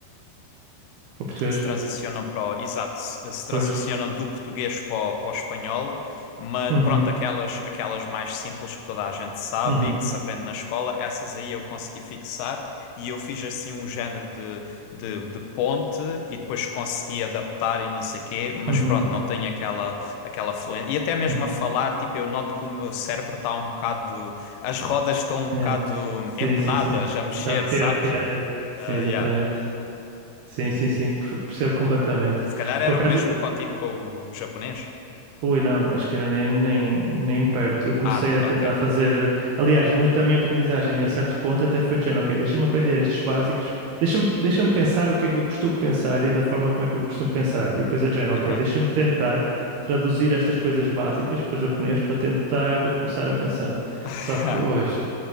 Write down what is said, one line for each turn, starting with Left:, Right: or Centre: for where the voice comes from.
Right: para português,
Left: se transicionam para o, exato, se se transicionam
Right: pois.
Left: do português para o, para o espanhol, mas
Right: Uhum,
Left: pronto, aquelas, aquelas mais simples que toda a gente sabe
Right: uhum,
Left: e que se aprende na escola, essas aí eu consegui fixar e eu fiz assim um género de, de, de ponte e depois consegui adaptar e não sei quê, mas
Right: uhum,
Left: pronto, não tenho aquela, aquela fluência. E até mesmo
Right: uhum,
Left: a falar, tipo, eu noto que o meu cérebro está um bocado, as rodas estão um bocado
Right: yeah. Sim,
Left: empenadas
Right: sim, sim,
Left: a mexer,
Right: dá perro,
Left: sabes?
Right: yeah, yeah. Sim,
Left: Ah,
Right: exatamente.
Left: yeah.
Right: Sim, sim, sim, per- percebo completamente.
Left: Se calhar era
Right: Por acaso,
Left: o mesmo contigo com o japonês?
Right: Ui, não, acho que ainda nem, nem, nem perto. Eu comecei
Left: Ah,
Right: a
Left: ok.
Right: tentar fazer. Aliás, muito da minha aprendizagem a certo ponto até foi dizendo: ok, deixa-me aprender estes básicos, deixa-me deixa-me pensar no que é que eu costumo pensar e da forma como é que eu costumo pensar. E depois é dizendo:
Left: Aham.
Right: ok, deixa-me tentar traduzir estas coisas básicas para japonês para tentar começar a pensar.
Left: <laughs>
Right: Só que hoje,